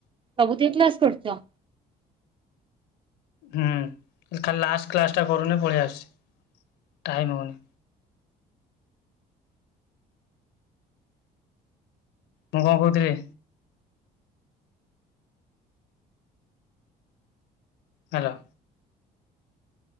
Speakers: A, on the right (about 30°); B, on the left (about 85°).
A: ସବୁଦିନ କ୍ଲାସ କରୁଚ?
B: ହୁଁ ଖାଲି ଲାଷ୍ଟ କ୍ଲାସଟା କରୁନି ପଳେଇ ଆସୁଚି ଟାଇମ୍ ହୋଉନି। ମୁଁ କଣ କୋହୁଥିଲି। ହାଲୋ।